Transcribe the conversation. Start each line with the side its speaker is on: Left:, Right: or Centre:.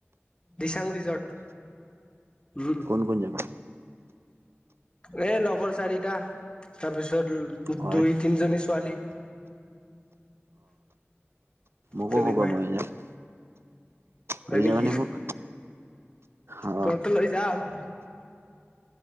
Left: দিচাং ৰিজৰ্ট উম'।
Right: কোন কোন যাবা?
Left: এ লগৰ চাৰিটা, তাৰপিছত
Right: হয়
Left: দুই তিনিজনী ছোৱালী।
Right: অ',
Left: তেনেকুৱাই
Right: <unintelligible>
Left: হয়
Right: লৈ
Left: নেকি?
Right: যাবানে মোক অ
Left: তহতলৈ যাম। <inaudible>